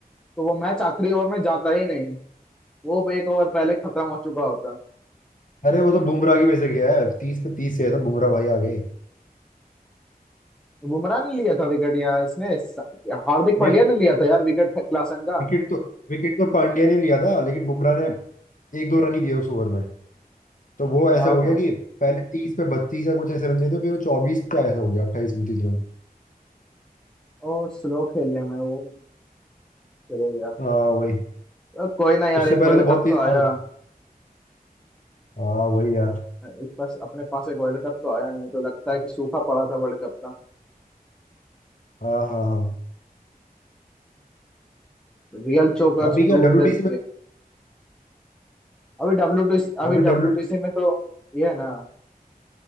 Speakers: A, in the centre; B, on the left.
A: तो वो मैच आखिरी ओवर में जाता ही नहीं वो एक ओवर पहले खत्म हो चुका होता
B: अरे वो तो बुमराह की वजह से गया है तीस पे तीस से है तो बुमराह भाई आ गए
A: तो बुमराह ने लिया था विकेट यार इसने स- हार्दिक पांड्या
B: नहीं
A: ने लिया था यार विकेट क्लासन का
B: विकेट तो विकेट तो पांड्या ने लिया था लेकिन बुमराह ने एक दो रन ही दिए उस ओवर में तो वो
A: हाँ
B: ऐसा हो गया कि पहले तीस पे बत्तीस या कुछ ऐसे रन चाहिए थे फिर वो चौबीस पे ऐसा हो गया अट्ठाईस उनतीस रन
A: और स्लो खेलने में वो चले गया
B: हाँ वही
A: अब कोई ना यार
B: उससे
A: एक
B: पहले
A: वर्ल्ड
B: तो बहुत
A: कप
B: तेज
A: तो आया
B: मार होती हाँ वही यार
A: इस पास अपने पास एक वर्ल्ड कप तो आया नहीं तो लगता है कि सूखा पड़ा था वर्ल्ड कप का
B: हाँ हाँ हाँ
A: Real chokers
B: अभी
A: prove
B: क्या डब्ल्यूटीसी
A: that
B: में
A: अभी डब्ल्यू टी सी अभी
B: अभी डब्ल्यू
A: डब्ल्यू टी सी में तो ये है ना